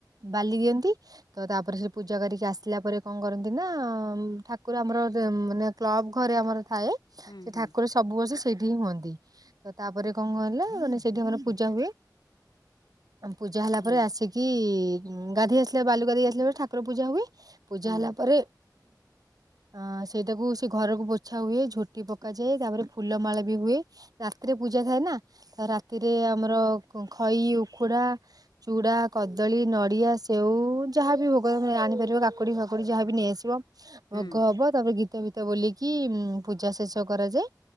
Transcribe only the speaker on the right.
ବାଲି ଦିଅନ୍ତି ତ ତାପରେ ସେ ପୂଜା କରିକି ଆସିଲା ପରେ କଣ କରନ୍ତି ନା ଠାକୁର ଆମର ଦେ ମାନେ କ୍ଲବ ଘରେ ଆମର ଥାଏ।
ସେ
ଠାକୁର ସବୁ ବର୍ଷ ସେଇଠି ହିଁ ହୁଅନ୍ତି ତ ତାପରେ କଣ କହିଲେ ମାନେ ସେଇଠି ଆମର ପୂଜା ହୁଏ ଆମ ପୂଜା ହେଲା
ପରେ ଆସିକି କି ଗାଧେଇ ଆସିଲା ବାଲୁକା ଦେଇ ଆସିଲା ପରେ ଠାକୁର ପୂଜା ହୁଏ ପୂଜା
ହେଲା ପରେ ଅ ସେଇଟାକୁ ସେ ଘରକୁ ପୋଛା ହୁଏ ଝୋଟି ପକାଯାଏ ତାପରେ ଫୁଲମାଳ ବି ହୁଏ। ରାତିରେ ପୂଜା ଥାଏ ନା ତ ରାତିରେ ଆମର ଖଇ ଉଖୁଡା ଚୁଡା କଦଳୀ। ଡ଼ିଆ ସେଉ ଯାହାବି ଭୋଗ ତମେ ଆଣିପାରିବ କାକୁଡ଼ି ଫାକୁଡ଼ି ଯାହାବି ନେଇଆସିବ।
ଭୋଗ ହବ ତାପରେ ଗୀତ ଫିତ ବୋଲିକି ପୂଜା ଶେଷ କରାଯାଏ।